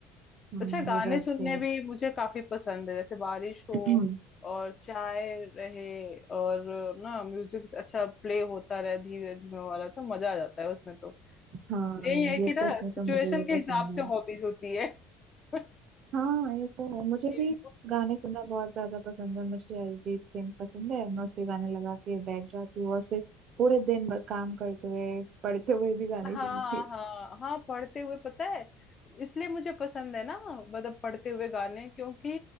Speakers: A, on the right; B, on the left.
A: हाँ
B: अच्छा गाने
A: ये बात
B: सुनने
A: तो
B: भी मुझे काफी पसंद है जैसे बारिश हो
A: है <clears throat>
B: और चाय रहे और ना म्यूजिक अच्छा प्ले होता रहे धीरे धीमे वाला तो मजा आ जाता है उसमें तो
A: हाँ
B: यही है कि
A: ये
B: ना
A: तो इसमें
B: सिचुएशन
A: तो मुझे भी
B: के हिसाब
A: पसंद है
B: से हॉबीज होती है <laughs>
A: हाँ ये तो है मुझे भी
B: मूड
A: गाने सुनना बहुत ज्यादा पसंद है मुझे अरिजीत सिंह पसंद है मैं उसके गाने लगा के बैठ जाती हूँ और फिर पूरे दिन भर काम करते हुए पढ़ते हुए भी गाने
B: हाँ
A: ही सुनती हूँ
B: हाँ हाँ पढ़ते हुए पता है इसलिए मुझे पसंद है ना मतलब पढ़ते हुए गाने क्योंकि